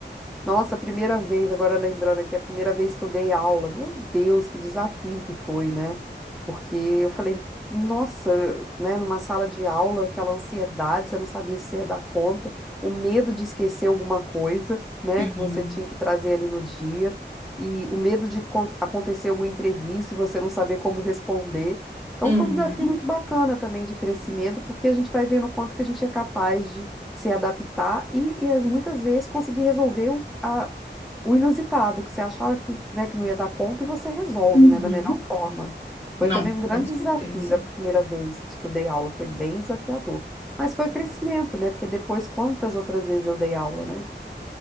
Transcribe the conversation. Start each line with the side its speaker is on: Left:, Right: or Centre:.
Centre: Nossa, a primeira vez, agora lembrando aqui, a primeira vez que eu dei aula, meu Deus, que desafio que foi, né? Porque eu falei, nossa, né, numa sala de aula, aquela ansiedade, você não sabia se ia dar conta, o medo de esquecer alguma coisa, né,
Left: Sim.
Centre: que você tinha que trazer ali no dia, e o medo de con- acontecer algum imprevisto e você não saber como responder. Então
Left: Uhum,
Centre: foi um desafio muito bacana também de crescimento, porque a gente vai vendo o quanto que a gente é capaz se adaptar e, e as- muitas vezes conseguir resolver o, a- o inusitado, que você achava que, né, que não ia dar conta e você resolve,
Left: uhum.
Centre: né, da melhor forma. Foi
Left: Não,
Centre: também um grande
Left: com certeza.
Centre: desafio a primeira vez que eu dei aula, foi bem desafiador. Mas foi crescimento, né? Porque depois, quantas outras vezes eu dei aula, né?